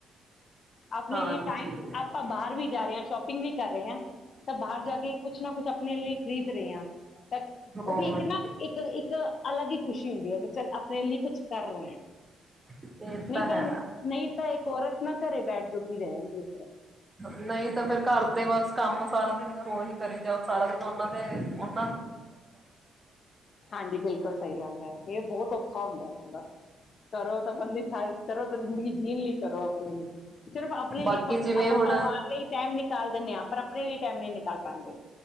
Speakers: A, on the left; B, on the right.
A: ਆਪਣੇ
B: ਹਾਂਜੀ
A: ਲਈ ਟਾਈਮ ਆਪਾਂ ਬਾਹਰ ਵੀ ਜਾ ਰਹੇ ਹਾਂ ਸ਼ੋਪਿੰਗ ਵੀ ਕਰ ਰਹੇ ਹਾਂ। ਤਾਂ ਬਾਹਰ ਜਾ ਕੇ ਕੁੱਛ ਨਾ ਕੁੱਛ ਮਨ ਲਈ ਖਰੀਦ ਰ ਆ
B: ਹੋਰ
A: ਉਹ ਵੀ ਇੱਕ ਨਾ ਇੱਕ ਇੱਕ ਅਲੱਗ ਖੁਸ਼ੀ ਹੁੰਦੀ ਹੈ। ਕਿ ਚੱਲ ਆਪਣੇ ਲਈ ਕੁੱਛ ਕਰ ਰਹੇ।
B: ਇਹ
A: ਨਹੀਂ
B: ਹੈ।
A: ਤਾਂ ਨਹੀਂ ਤਾਂ ਇੱਕ ਔਰਤ ਨਾ ਘਰੇ ਬੈਠ ਜੋਗੀ ਰਹਿ ਜਾਂਦੀ ਇਸ ਤਰ੍ਹਾਂ
B: ਨਹੀਂ ਤਾਂ ਫੇਰ ਘਰ ਦੇ ਬਸ ਕੰਮ ਸਾਰਾ ਜ਼ਿੰਦਗੀ ਚ ਉਹ ਹੀ ਕਰੇ ਜਾ ਸਾਰਾ ਦਿਨ। ਉਹਨਾਂ ਨੇ
A: ਹਾਂਜੀ। ਬਿਲਕੁਲ ਸਹੀ ਗੱਲ ਹੈ। ਇਹ ਬਹੁਤ ਔਖਾ ਹੁੰਦਾ ਬਦਾ <unintelligible> ਕਰੋ ਤਾਂ ਜਿੰਦਗੀ ਜੀ ਚਲੋ ਆਪਣੇ ਲਈ ਸਿਰਫ ਆਪਣੇ
B: ਬਾਕੀ
A: ਲਈ ਆਪਾਂ,
B: ਜਿਵੇਂ
A: ਆਪਾਂ
B: ਹੁਣ
A: ਪਰਿਵਾਰ ਲਈ ਟਾਈਮ ਨਈ। ਚਲ ਦਿੰਦੇ ਹਾਂ ਪਰ ਆਪਣੇ ਲਈ ਟਾਈਮ ਨਹੀਂ ਨਿਕਲ ਪਾਉਂਦੇ।